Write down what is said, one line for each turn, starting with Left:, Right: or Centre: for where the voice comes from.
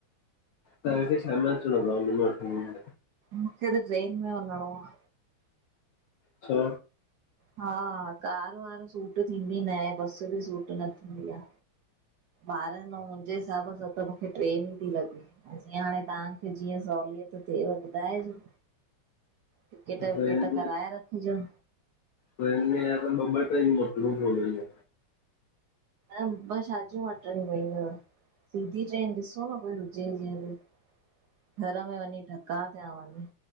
Left: तव्हांखे शामें अचणों तव उन मेल वठन्दो मां
Right: मुखे त ट्रेन में वंञिंणो आ।
Left: छो?
Right: हा कार वार सूट थींदी नाहे बस ॿि सूट न थींदी आ। ॿारनि अऊं मुंहिंजे हिसाब सां त मुखे ट्रेन ई ती लॻे। त जीअं हांणें तव्हांखे जीअं सहूलियत थियेव ॿुधाइजो। टिकेट
Left: ट्रेन
Right: विकेट कराए रखिजो।
Left: ट्रेन में या त ॿ ॿ ट्रेन्यूं मटणियूं पवंदियूं।
Right: न ॿ छाजियूं मटणियूं पईंदव? सिधी ट्रेन ॾिसो न कोई हुॼे ॼीअं ॿि। घर में वञीं ठका थियां वञी।